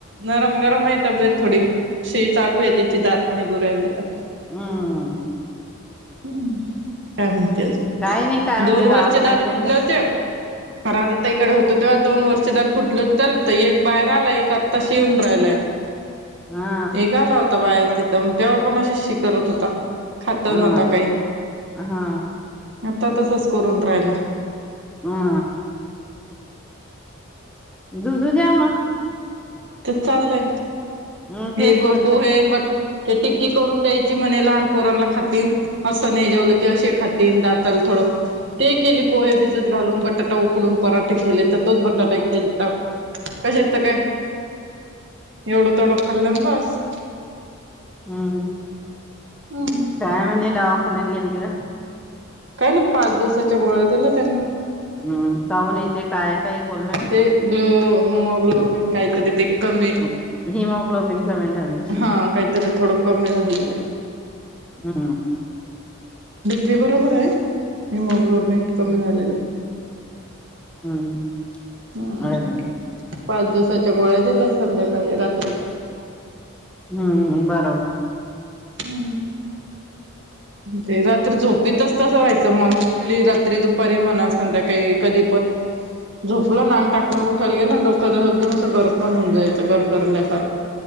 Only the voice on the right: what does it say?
नरम गरम आहे. तब्येत थोडी शि चालू आहे त्याची दात निघुन राहिली तर
हं. काय म्हणती आजुन?
दोन वरचे
दात
फुटले होते, पर आजच आता इकडे होतो तेव्हा दोन वरचे दात फुटले होते. एक बाहेर आला आणि एक आत्ताशी येऊन राहिलाय.
एक आला होता बाहेर तिथं मग तेव्हा पण असच शी करत होता. खात ही
नव्हता. काही
आता तसंच करून राहीला.
ते चाललंय
हे
पोहे
अन बट ते टिक्की करून द्यायची म्हणे लहान पोरांला खातीन. असं नाही जेवलं की असे खाती तीन दाताला थोडं ते केली पोहे भिजत घालून, बटाटा उकडून पराठे केले. तर तोच बटाटा एक तेज्यात टाक कशाच काय एवढं तेवढं खाल्लं ना बस.
हम्म
काही नाही पाच दिवसाच्या गोळ्या दिल्या त्यांनी.
ते ग्लो होमोग्लोबिन काहीतरी ते कमी
हा काहीतरी थोडं कमी झालेलं आहे.
ते बरोबर आहे. हिमोग्लोबिन कमी झालेल हाय.
हम्म
पाच दिवसाच्या गोळ्या दिल्या संध्याकाळी रात्रीच्या.
हम्म. ते रात्री झोप ते तसं तसं व्हायचं मला उठली रात्री, दुपारी म्हणा संध्याकाळी कधीपण झोपलं ना अंग टाकलं उठायला गेलं ना डोकं एकदम असं गरकण होऊन जायचं गरगरल्या सारखं.